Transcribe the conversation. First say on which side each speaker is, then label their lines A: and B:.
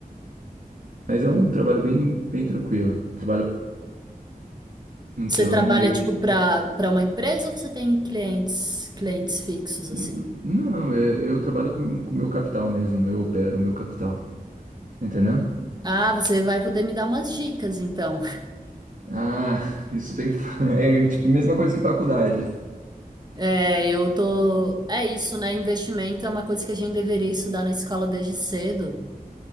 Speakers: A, on the right; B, on the right.
A: Mas é um trabalho bem, bem tranquilo. Trabalho, então,
B: Você trabalha
A: meio
B: tipo
A: que.
B: para para uma empresa ou você tem clientes clientes fixos assim?
A: N- n- Não, é- eu trabalho com o meu capital mesmo, eu opero o meu capital, entendeu?
B: Ah, você vai poder me dar umas dicas então.
A: Ah, <laughs> isso tem que. <laughs> É tipo a mesma coisa que faculdade.
B: É, eu tô. É isso, né? Investimento é uma coisa que a gente deveria estudar na escola desde cedo.